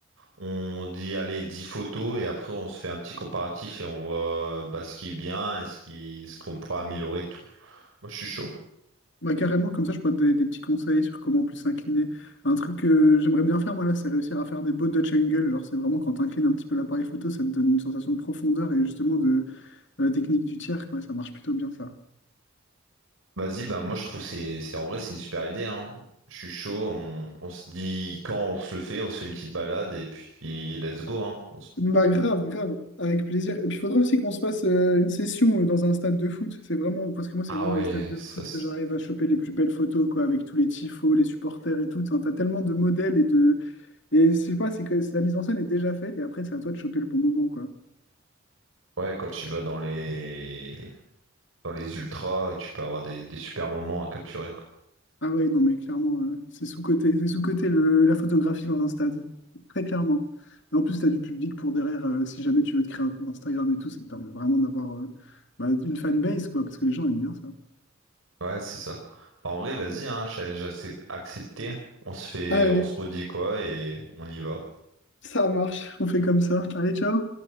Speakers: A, on the right; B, on the left.
A: on dit allez 10 photos et après on se fait un petit comparatif et on voit bah, ce qui est bien et ce qui, ce qu'on pourra améliorer et tout. Moi je suis chaud.
B: Bah, carrément, comme ça, je pourrais te donner des petits conseils sur comment plus s'incliner. Un truc que j'aimerais bien faire, moi, là, c'est réussir à faire des beaux Dutch angles. Genre, c'est vraiment quand t'inclines un petit peu l'appareil photo, ça te donne une sensation de profondeur et justement de, de la technique du tiers, quoi. Ça marche plutôt bien, ça.
A: Vas-y, ben moi je trouve c'est c'est en vrai c'est une super idée hein. Je suis chaud, on, on se dit quand on se le fait, on se fait une petite balade et puis let's go hein. On se-
B: Bah grave, grave, avec plaisir. Et puis il faudrait aussi qu'on se fasse euh, une session euh, dans un stade de foot. C'est vraiment, parce que moi, c'est
A: Ah
B: vraiment
A: ouais,
B: dans les stades de
A: ça
B: foot
A: c'est-
B: que j'arrive à choper les plus belles photos, quoi, avec tous les tifos, les supporters et tout. Enfin, t'as tellement de modèles et de. Et je sais pas, c'est que la mise en scène est déjà faite et après, c'est à toi de choper le bon moment, quoi.
A: ouais quand tu vas dans les dans les ultras, tu peux avoir des, des super moments à capturer quoi.
B: Ah ouais, non, mais clairement, euh, c'est sous-coté. C'est sous-coté le- la photographie dans un stade. Très clairement. Et en plus, t'as du public pour derrière. euh, si jamais tu veux te créer un compte Instagram et tout, ça te permet vraiment d'avoir euh, bah, une fanbase, quoi, parce que les gens aiment bien
A: Ouais, c'est ça. Bah, en vrai, vas-y, hein, challenge accep- accepté. On se fait,
B: ça.
A: on se redit quoi et on y va.
B: Ça marche, on fait comme ça. Allez, ciao!